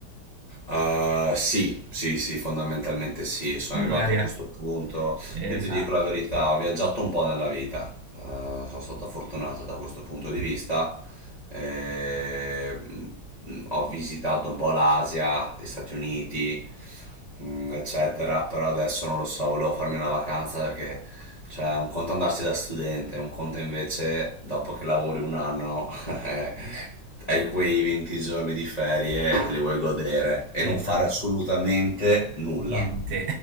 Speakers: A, on the left; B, on the right.
A: Eh, sì, sì, sì, fondamentalmente sì, sono
B: Magari
A: arrivato a questo
B: a-
A: punto.
B: Esatto,
A: Io ti dico la verità, ho viaggiato un po' nella vita, Eh, sono stato fortunato da questo punto di vista. Eh, mh, ho visitato un po' l'Asia, gli Stati Uniti, mm, eccetera, però adesso non lo so, volevo farmi una vacanza perché cioè un conto andarsi da studente, un conto invece dopo che lavori un anno <laughs> hai quei 20 giorni di ferie e te li vuoi godere e
B: esatto.
A: non fare assolutamente nulla.
B: Niente.